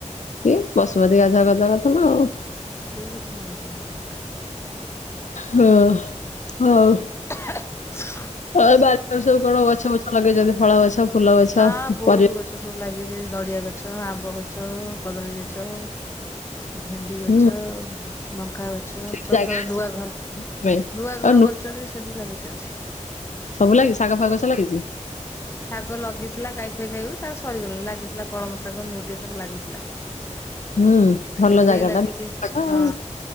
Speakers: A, on the left; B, on the left.
A: କି ବସୁମତୀ ଗାଧୁଆ କରଦବା କଥା ନା ଆଉ।
B: ସେ କିଛି ଜାଣି ନାହାନ୍ତି ପୁରା।
A: ହଁ, ହଉ।
B: <inaudible>
A: ହଁ ବାଡି ଟାରେ ସବୁ କଣ ଗଛ ବଛ ଲଗେଇଚନ୍ତି ଫଳ ଗଛ? ଫୁଲ ଗଛ
B: ହଁ ବହୁତୁ
A: ପରିବା
B: ଗଛ ସବୁ ଲାଗିଚି ନଡିଆ ଗଛ, ଆମ୍ବ ଗଛ, କଦଳୀ ଗଛ। ଭେଣ୍ଡି ଗଛ,
A: ହୁଁ
B: ଉ, ଲଙ୍କା ଗ ଛ,
A: ସେ
B: ସବୁ
A: ଜାଗା
B: ସ ନୂଆ ଘର,
A: ପାଇଁ
B: ନୂଆ ଘର
A: ଆଉ ନୁ
B: କରିଛନ୍ତି ସେଠି ଲଗେଇଚନ୍ତି।
A: ସବୁ ଲାଗି ଶାଗ ଫାଗ ଗଛ ଲାଗିଚି?
B: ଶାଗ ଲଗେଇଥିଲା ଗାଇ ଫାଇ ଖାଇଗଲେ। ଶାଗ ସରିଗଲାଣି। ଲାଗିଥିଲା କଳମ ଶାଗ, ନେଉଟିଆ ଶାଗ, ଲାଗିଥିଲା।
A: ହୁଁ, ଭଲ
B: ଏବେ
A: ଜାଗା
B: ଲାଗିଛି
A: ଟା <inaudible> ଆଉ।
B: ହଁ